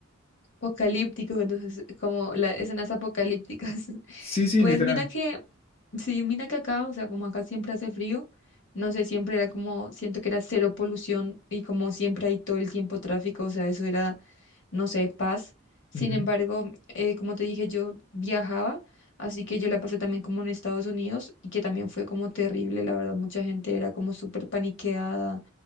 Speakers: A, on the left; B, on the left.
A: Apocalíptico, entonces, como las escenas apocalípticas. <laughs>
B: Sí, sí,
A: Pues
B: literal.
A: mira que Sí, mira que acá, o sea, como acá siempre hace frío, no sé, siempre era como, siento que era cero polución y como siempre hay todo el tiempo tráfico, o sea, eso era, no sé, paz. Sin
B: Ujú,
A: embargo, eh, como te dije, yo viajaba, así que yo la pasé también como en Estados Unidos y que también fue como terrible, la verdad, mucha gente era como súper paniqueada,